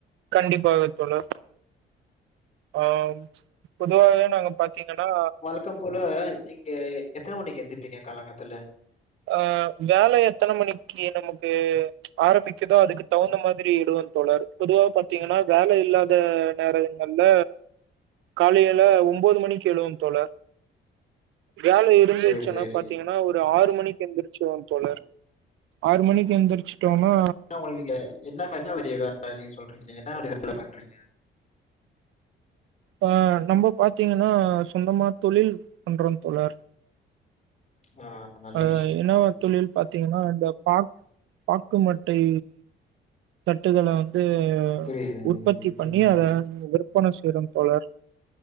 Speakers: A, on the right; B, on the left.
A: கண்டிப்பாக தோழர் ஆம் பொதுவாவே நாங்க பாத்தீங்கனா
B: க்கபோல நீங்க எத்தன மணிக்கு எந்திப்பீங்க காலங்காத்தால
A: ஆ வேல எத்தன மணிக் கி நமக்கு ஆரம்பிக்குதோ அதுக்கு தவுந்த மாதிரி இடுவ தோழர் பொதுவா பாத்தீங்கனா வேல இல்லாத நேரங்கள்ல காலையல ஒம் ஒம்பது மணிக்கு எழுவ தோழர் வேல இருந்துச்சுன்னு
B: சரி, சரி.
A: பாத்தீங்கனா ஒரு ஆறு மணி க்கு எந்திரிச்வோ தோழர் ஆறு மணிக்கு எந்திரிச்சுட்டோனா
B: என்ன ஒங்க நீங்க என்ன ம என்ன மாரி வேல நீங்க சொல்றீங்க என்ன மாரி வேல பண்றீங்க
A: அ நம்ம பாத்தீங்கனா சொந்தமா தொழில் பண்றோ தோழர்
B: ஆ நல்ல
A: அதா
B: விஷயம்.
A: என்னவா
B: ம்.
A: தொழில் பாத்தீங்கனா இந்த பாக் பாக்குமட்டை தட்டுகள வந்து
B: புரியுது.
A: உற்பத்தி
B: ம்.
A: பண்ணி அத விற்பன செய்றோ தோழர்